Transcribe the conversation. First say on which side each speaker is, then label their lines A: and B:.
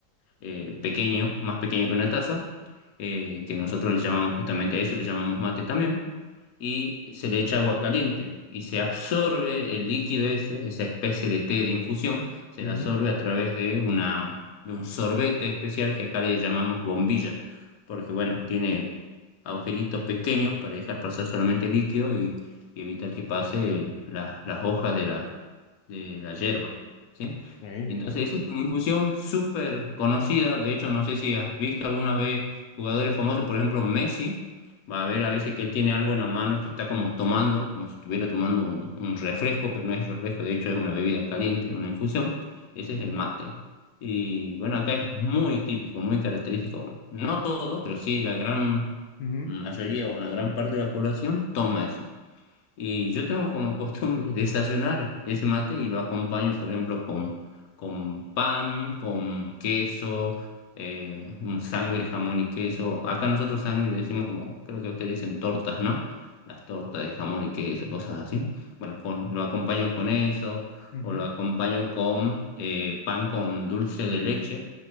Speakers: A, on the left; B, on the left.
A: eh, pequeño, más pequeño que una taza, eh, que nosotros le llamamos justamente a eso, le llamamos mate también, y se le echa agua caliente y se absorbe el líquido ese, esa especie de té de infusión, se
B: ujú,
A: la absorbe a través de una, de un sorbete especial que acá le llamamos bombilla, porque bueno, tiene agujeritos pequeños para dejar pasar solamente el líquido y, y evitar que pase el- la- las hojas de la yerba, ¿sí?
B: ok,
A: Y entonces esa es una infusión súper conocida, de hecho no sé si has visto alguna vez jugadores famosos, por ejemplo Messi, va a ver a veces que él tiene algo en la mano que está como tomando, como si estuviera tomando un, un refresco, pero no es refresco, de hecho es una bebida caliente, una infusión, ese es el mate. Y bueno, acá es muy típico, muy característico, no todos, pero sí la gran
B: ujú,
A: mayoría o una gran parte de la población toma eso. Y yo tengo como costumbre <laughs> desayunar ese mate y lo acompaño, por ejemplo, con, con pan, con queso, eh, un sándwich, de jamón y queso. Acá nosotros sándwich le decimos como, creo que ustedes dicen tortas, ¿no? Las tortas de jamón y queso, cosas así. Bueno, con, lo acompaño con eso
B: ujú.
A: o lo acompaño con eh, pan con dulce de leche,